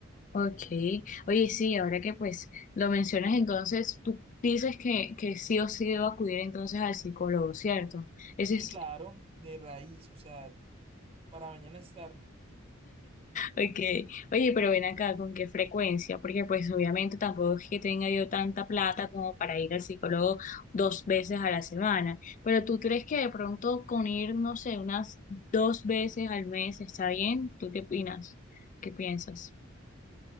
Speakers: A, on the left; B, on the right.
A: Ok, oye, sí, ahora que pues lo mencionas, entonces tú dices que, que sí o sí debo acudir entonces al psicólogo, ¿cierto? Ese
B: Sí,
A: es
B: claro, de raíz, o sea, para mañana es tarde.
A: Okay. Oye, pero ven acá, ¿con qué frecuencia? Porque pues obviamente tampoco es que tenga yo tanta plata como para ir al psicólogo dos veces a la semana. Pero ¿tú crees que de pronto con ir, no sé, unas dos veces al mes está bien? ¿Tú qué opinas? ¿Qué piensas?